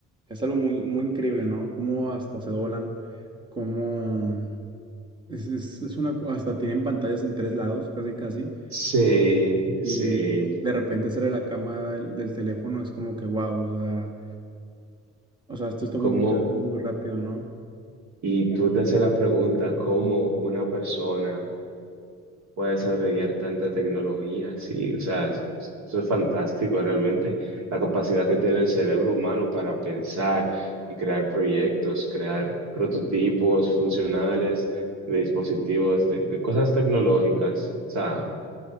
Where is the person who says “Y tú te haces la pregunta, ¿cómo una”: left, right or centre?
Right